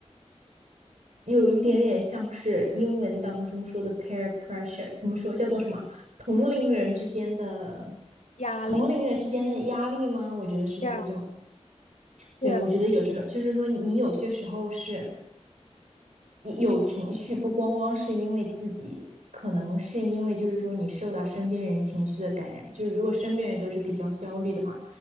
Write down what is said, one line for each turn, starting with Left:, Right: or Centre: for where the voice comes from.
Right: 有一点点像是英文当中说的 peer pressure，怎么说叫做什么？同龄人之间的
Left: 压力
Right: 同龄人之间的压力吗？我觉得是不是这么？
Left: 对呀，
Right: 对，
Left: 对啊，
Right: 我觉得有这种，就是说你有些时候是。有情绪，不光光是因为自己，可能是因为就是说你受到身边人情绪的感染。就是如果身边人都是比较焦虑的话，